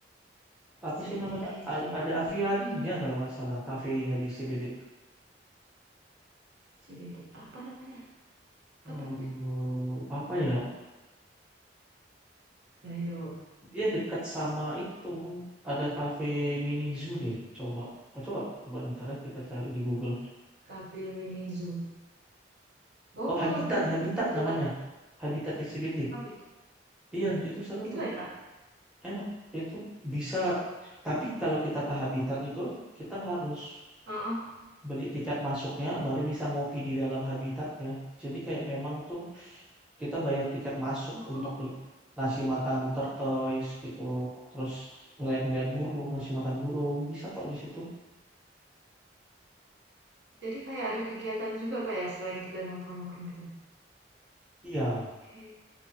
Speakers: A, in the centre; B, on the right (about 65°).
A: Apa
B: SCBD,
A: sih namanya?
B: SCBD,
A: A- ada aviarinya kalau nggak salah, kafenya di SCBD.
B: SCBD. Apa namanya?
A: Aduh,
B: Apa namanya?
A: apa ya?
B: Ayo,
A: Dia dekat sama itu. Ada kafe mini zoo deh, coba. Oh, coba, coba bentar ya kita cari di Google.
B: Cafe Mini Zoo. Bogor,
A: Oh, Habitat,
B: Bandung,
A: Habitat
B: hmm, Jakarta.
A: namanya. Habitat SCBD.
B: Habis.
A: Iya, itu seru
B: Itu
A: tuh.
B: enak.
A: Enak. Itu bisa. Tapi kalau kita ke habitat itu, kita harus
B: Heeh.
A: beli tiket masuknya, baru bisa ngopi di dalam habitatnya. Jadi kayak memang tuh kita bayar tiket masuk untuk
B: Oh.
A: li- ngasih makan tortoise gitu. Terus ngeliat-ngeliat burung, ngasih makan burung. Bisa kok di situ.
B: Jadi kayak ada kegiatan juga kayak selain kita nongkrong-nongkrong gitu.
A: Iya.
B: Oke.